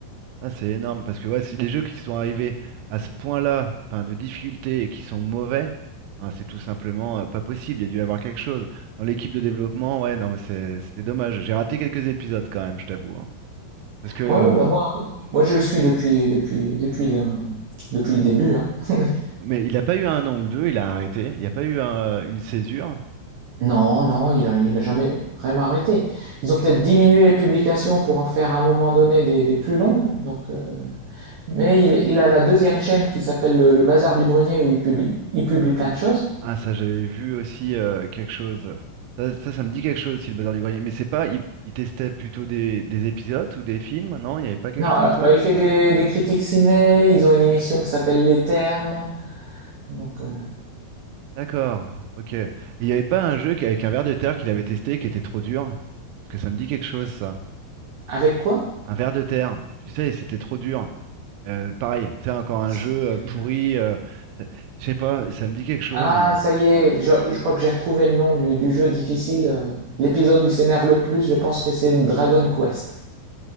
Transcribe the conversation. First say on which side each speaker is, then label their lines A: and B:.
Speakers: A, on the right; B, on the right.
A: Ah, c'est énorme parce que ouais, si les jeux qui sont arrivés à ce point-là, enfin de difficulté et qui sont mauvais, hein, c'est tout simplement euh, pas possible. Il y a dû y avoir quelque chose. Dans l'équipe de développement, ouais, non, mais c'est c'est dommage. J'ai raté quelques épisodes quand même, je t'avoue. hein. Parce que, euh,
B: Ouais, ouais, bah moi, moi je le suis depuis depuis depuis le depuis le début, hein. <laughs>
A: mais il n'a pas eu un an ou deux, il a arrêté. Il n'y a pas eu un- euh, une césure.
B: Non, non, il a, il a jamais vraiment arrêté. Ils ont peut-être diminué les publications pour en faire à un moment donné des, des plus longues. Donc, euh, mais il, il a la deuxième chaîne qui s'appelle le, le Bazar du Grenier où il publie, il publie plein de choses.
A: Ah, ça, j'avais vu aussi euh, quelque chose. Ça, ça, ça me dit quelque chose, si le bazar du grenier. Mais c'est pas, il, il testait plutôt des, des épisodes ou des films, non? Il n'y avait pas quelque
B: Non,
A: chose
B: alors,
A: comme ça?
B: bah, il fait des, des critiques ciné. Ils ont une émission qui s'appelle Les Termes. Donc, euh,
A: D'accord, ok. Et Il n'y avait pas un jeu qui- avec un ver de terre qu'il avait testé qui était trop dur? Parce que ça me dit quelque chose, ça.
B: avec quoi?
A: Un ver de terre, tu sais, c'était trop dur. Euh, pareil, tu sais, encore un
B: Ça
A: jeu
B: me dit rien.
A: euh, pourri. euh, ça- je sais pas, ça me dit quelque chose,
B: Ah,
A: moi.
B: ça y est, je, je crois que j'ai retrouvé le nom du, du jeu difficile. euh, L'épisode où il s'énerve le plus, je pense que c'est Dragon Quest.